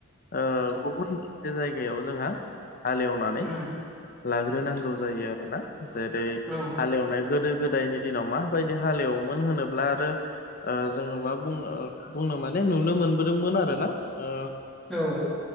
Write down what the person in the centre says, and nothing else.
उम
उम औ
औ